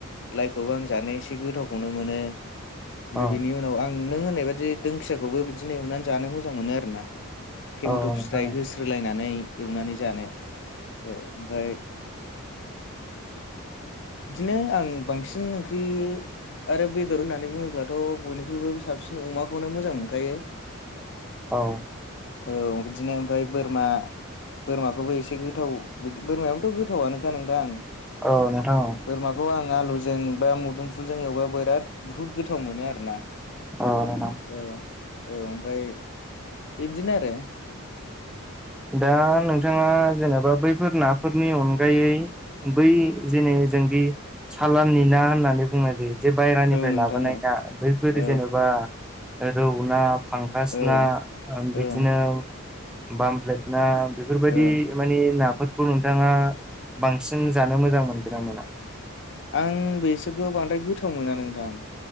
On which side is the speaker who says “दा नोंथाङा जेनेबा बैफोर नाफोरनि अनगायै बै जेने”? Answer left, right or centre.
Centre